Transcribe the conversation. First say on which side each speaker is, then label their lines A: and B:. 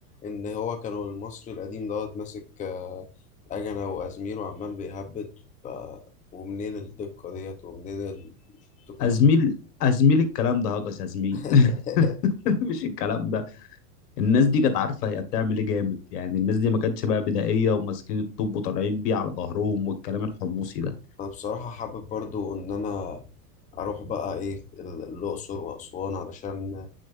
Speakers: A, on the left (about 15°); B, on the left (about 80°).
A: ان هو كانوا المصري القديم دوت ماسك آه، اجنه وازمير وعمال بيهبد ف ومنين الدقه ديت ومنين التكنولوجيا
B: ازميل ازميل الكلام ده هجس يا زميل
A: <laughs>
B: <laughs> مش الكلام ده الناس دي كانت عارفه هي بتعمل ايه جامد يعني الناس دي ما كانتش بقى بدائيه وماسكين الطوب وطالعين بيه على ظهرهم والكلام الحمصي ده
A: انا بصراحه حابب برضو ان انا اروح بقى ايه ال- الاقصر واسوان علشان